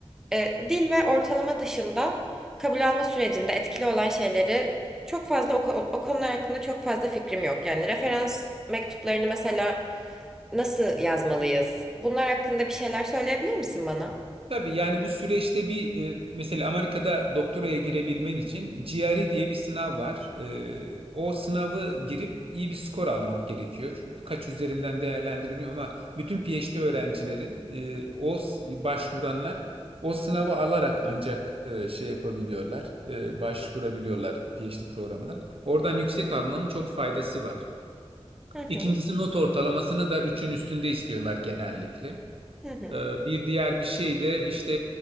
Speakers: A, in the centre; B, on the right.
A: E, dil ve ortalama dışında kabul alma sürecinde etkili olan şeyleri çok fazla o, ko- o konular hakkında çok fazla fikrim yok. Yani referans mektuplarını mesela nasıl yazmalıyız? Bunlar hakkında bir şeyler söyleyebilir misin bana?
B: Tabii yani bu süreçte bir e, mesela Amerika'da doktoraya girebilmen için GRE diye bir sınav var. E, o sınavı girip iyi bir skor almak gerekiyor. Kaç üzerinden değerlendirmiyorum ama bütün PhD öğrencileri e, o s- başvuranlar o sınavı alarak ancak e, şey yapabiliyorlar, e, başvurabiliyorlar PhD programına. Oradan yüksek almanın çok faydası var.
A: Hı
B: İkincisi
A: hı,
B: not ortalamasını da üçün üstünde istiyorlar genellikle.
A: hı
B: Ee, Bir diğer bir şey de işte